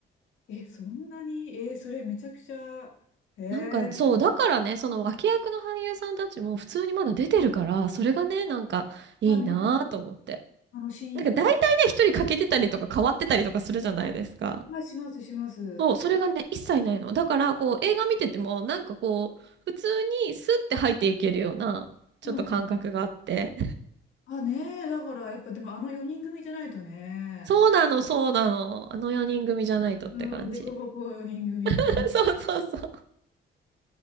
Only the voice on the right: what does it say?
なんか、そう、だからね、その脇役の俳優さんたちも普通にまだ出てるから、それがね、なんかいいなぁと思って。
なんか大体ね、一人欠けてたりとか変わってたりとかするじゃないですか。
そう、それがね、一切ないの。だから、こう、映画見てても、なんかこう、普通にスッて入っていけるような、ちょっと感覚があって。
そうなの、そうなの。あの4人組じゃないとって感じ。
<laughs> そうそうそう。